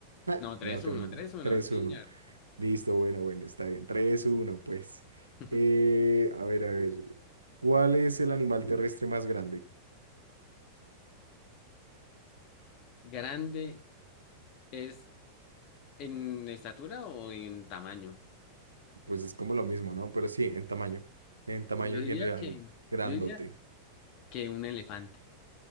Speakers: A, on the right; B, on the left.
A: Ah,
B: No, tres
A: Ya no tengo
B: uno
A: ni idea.
B: tres uno.
A: 3-1.
B: sí, señor.
A: Listo, bueno, bueno, está bien. tres uno pues.
B: <laughs>
A: Eh, a ver, a ver. ¿Cuál es el animal terrestre más grande?
B: ¿Grande es en estatura o en tamaño?
A: Pues es como lo mismo, ¿no? Pero sí, en tamaño. En tamaño
B: Yo diría
A: en general,
B: que,
A: grandote.
B: yo diría que un elefante.